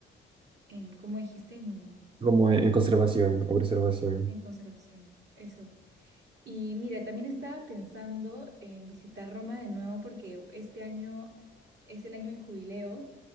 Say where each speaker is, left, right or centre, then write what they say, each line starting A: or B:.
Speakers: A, on the right; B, on the right.
A: en como dijiste, en,
B: como en, en conservación o preservación.
A: en conservación. Eso. Y mira, también estaba pensando en visitar Roma de nuevo porque este año es el año del jubileo.